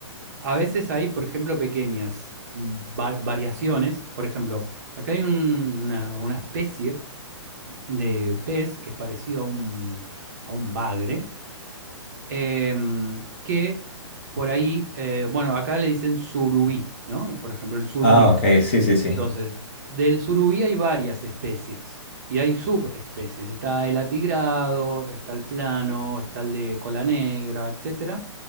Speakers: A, on the right (about 35°); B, on the left (about 25°).
A: a veces hay, por ejemplo, pequeñas va- variaciones. Por ejemplo, acá hay un- una, una especie de pez que es parecido a un, a un bagre, em, que por ahí, eh, bueno, acá le dicen surubí, ¿no? Por ejemplo, el surubí.
B: Ah, ok, sí, sí, sí.
A: Entonces, del surubí hay varias especies y hay subespecies. Está el atigrado, está el plano, está el de cola negra, etcétera